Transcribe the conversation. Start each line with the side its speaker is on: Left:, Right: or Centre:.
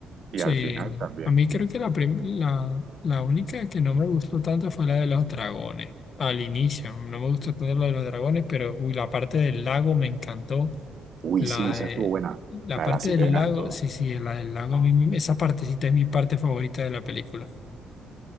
Right: y
Left: sí.
Right: al final también.
Left: A mí creo que la, prim- la, la única que no me gustó tanto fue la de los dragones. Al inicio, no me gustó tanto la de los dragones, pero uy, la parte del lago me encantó.
Right: Uy,
Left: La,
Right: sí, esa
Left: de-
Right: estuvo buena,
Left: la
Right: la
Left: parte
Right: de las sirenas
Left: del lago,
Right: y todo.
Left: sí, sí, la del lago, a mí, me- esa partecita es mi parte favorita de la película.